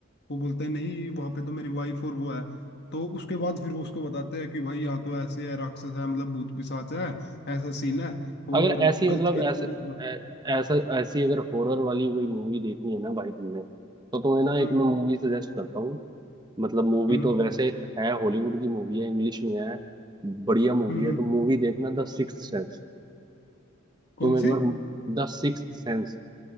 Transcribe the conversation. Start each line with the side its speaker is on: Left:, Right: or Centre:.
Left: वो बोलता है नहीं वहां पे तो मेरी वाइफ और वो है तो उसके बाद फिर वो उसको बताते हैं कि भाई यहाँ तो ऐसे है राक्षस है मतलब भूत पिशाच है ऐसा सीन है और
Right: अगर ऐसी
Left: गलत
Right: मतलब
Left: किया तूने
Right: ऐसे
Left: मतलब
Right: ऐ- ऐसा ऐसी अगर हॉरर वाली कोई मूवी देखनी है ना भाई तुमने तो तुम्हें ना एक
Left: हम्म
Right: मैं मूवी सजेस्ट करता हूँ मतलब मूवी
Left: हम्म
Right: तो वैसे है हॉलीवुड की मूवी है इंग्लिश में है बढ़िया मूवी
Left: हम्म हम्म।
Right: है तो मूवी देखना द सिक्स्थ सेंस तुम
Left: कौन
Right: एक
Left: सी
Right: बार द सिक्स्थ सेंस